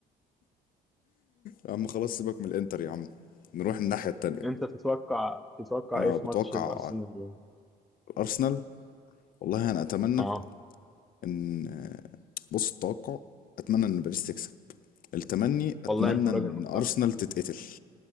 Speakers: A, on the left; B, in the centre.
A: يا عم خلاص سيبك من الانتر يا عم نروح الناحية التانية
B: انت تتوقع تتوقع
A: انا
B: ايه في
A: بتوقع
B: ماتش الارسنال
A: الارسنال والله انا اتمنى
B: اه
A: ان آه، بص التوقع اتمنى ان باريس تكسب التمني اتمنى
B: والله انت راجل
A: ان
B: محترم
A: ارسنال تتقتل